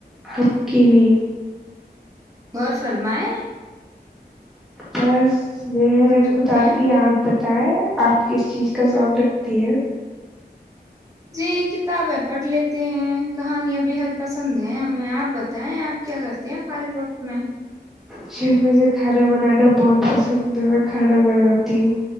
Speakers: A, in the centre; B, on the right (about 20°).
A: آب کی بھی
B: اورغ فرمائے
A: بس م نےے
B: رکھتے
A: خدا
B: ہیں
A: کی آپ بتائے آپ کس چیز کا شوق رکھ تیر
B: جی کتابیں پڑھ لیتے ہیں کہانیاں بےحد پسند ہیں ہمیں آپ بتائیں آپ کیا کرتے ہیں فارغ وقت میں
A: جی مجھے کھانا بنانا بہت پسند ہے میں کھانا بناتی ہوں